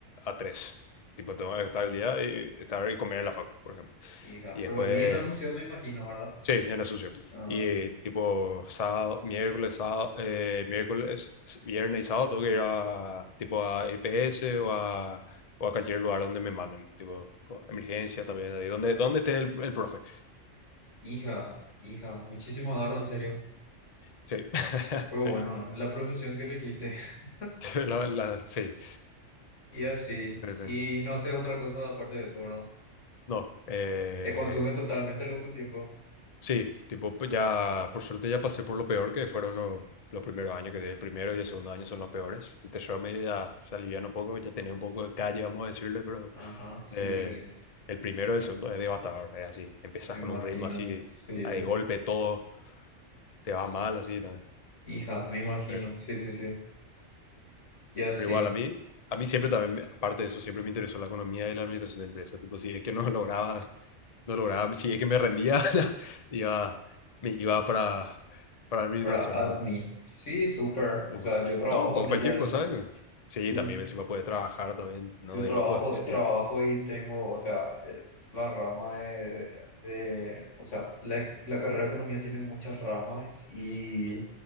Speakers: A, on the left; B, on the left.
A: a tres Tipo, tengo que estar el día y estar y comer en la facu, por ejemplo.
B: Hija,
A: Y después
B: pero viví en Asunción, me imagino, ¿verdad?
A: Sí, en eso sí.
B: Ah,
A: Y
B: sí.
A: tipo sábado, miércoles, sábado, eh, miércoles, viernes y sábado tengo que ir a tipo a EPS o a, o a cualquier lugar donde me manden, tipo o emergencia también, ahí donde, donde esté el, el profe.
B: Hija, hija, muchísimo agarro, en serio.
A: Sí, <laughs>
B: Pero bueno,
A: sí,
B: es la profesión que elegiste. <laughs>
A: <laughs> la, la- sí,
B: Y así.
A: pero sí.
B: Y no haces otra cosa aparte de eso, ¿verdad?
A: No, eh,
B: Te consume totalmente lo tu tiempo.
A: sí, tipo pues ya, por suerte ya pasé por lo peor que fueron los, los primeros años, que el primero y el segundo año son los peores. El tercero medio ya se alivian un poco, ya tenía un poco de calle, vamos a decirle, pero
B: Ajá, sí,
A: Eh,
B: sí, sí.
A: el primero y el segundo es devastador, es así. Empiezas
B: Me imagino.
A: con un ritmo así,
B: Sí.
A: a de golpe todo te va mal, así, ¿no?
B: Hija, me imagino.
A: Pero,
B: Sí, sí, sí. Y así.
A: pero igual a mí, a mí siempre también, me- aparte de eso, siempre me interesó la economía y la administración de empresas. Tipo, si es que no <laughs> lograba, no lograba, si es que me rendía, <laughs> iba, me iba para, para administración
B: Para Admi.
A: o,
B: Sí, súper.
A: o
B: O sea,
A: con-
B: yo trabajo
A: no,
B: también
A: con cualquier
B: ya de
A: cosa.
B: esto.
A: ¿eh? Sí,
B: Sí.
A: también encima puedes trabajar también, no
B: Yo trabajo,
A: de lujo, es,
B: trabajo y tengo, o sea, el- la rama de, de- o sea, la, la carrera de economía tiene muchas ramas y